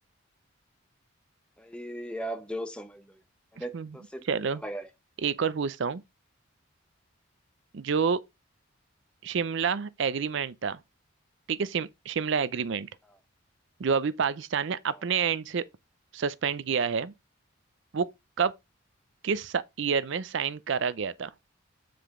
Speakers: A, in the centre; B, on the right (about 60°).
A: भाई आप जो समझ लो मैंने
B: <laughs>
A: तो सिर्फ
B: चलो
A: तुक्का लगाया
B: एक और पूछता हूँ जो शिमला एग्रीमेंट था ठीक है शिम, शिमला एग्रीमेंट
A: हाँ
B: जो अभी पाकिस्तान ने
A: हाँ
B: अपने एंड से सस्पेंड किया है वो कब किस ईयर में साइन करा गया था